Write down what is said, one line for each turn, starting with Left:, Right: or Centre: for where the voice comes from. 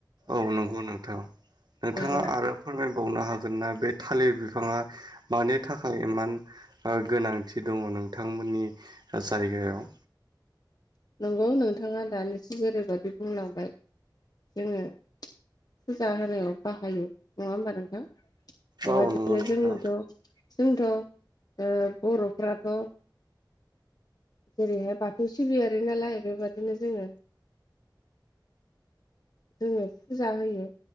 Right: औ नंगौ नोंथां। नोंथाङा
Left: नंगौ
Right: आरो फोरमायबावनो हागोन ना बे थालिर बिफाङा मानो थाखाय इमान गोनांथि दङ नोंथांमोननि जायगायाव
Left: औ नोंथाङा दानिसो जेरैबायदि बुंलांबाय जोङो फुजा होनायाव बाहायो नङा होमबा नोंथां बेबादिनो
Right: औ नंगौ नोंथां
Left: जोंनोथ' जोंथ' बर'फ्राथ' जेरैहाय बाथौ सिबियारि नालाय बेबादिनो जोङो जोङो फुजा होयो